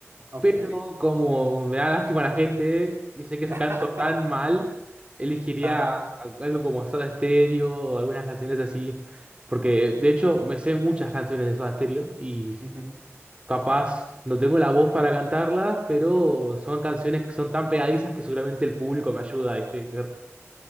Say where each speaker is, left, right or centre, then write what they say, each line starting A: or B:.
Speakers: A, on the right (about 55°); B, on the right (about 25°).
A: ok.
B: Pero como me da lástima la gente y sé que se
A: <laughs>
B: canto tan mal, elegiría
A: Ajá.
B: algo como Soda Stereo o algunas canciones así. Porque de hecho me sé muchas canciones de Soda Stereo y
A: ujú,
B: capaz no tengo la voz para cantarlas, pero son canciones que son tan pegadizas que seguramente el público me ayuda, ¿viste?